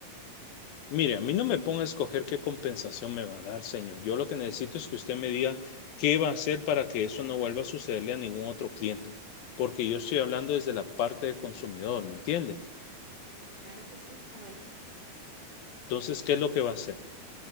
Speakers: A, on the left (about 75°); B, on the right (about 70°).
A: Mire, a mí no me ponga a escoger qué compensación me va a dar, señor. Yo lo que necesito es que usted me diga qué va a hacer para que eso no vuelva a sucederle a ningún otro cliente, porque yo estoy hablando desde la parte de consumidor, ¿me entiende?
B: Sí, claro que sí, caballero.
A: Entonces, ¿qué es lo que va a hacer?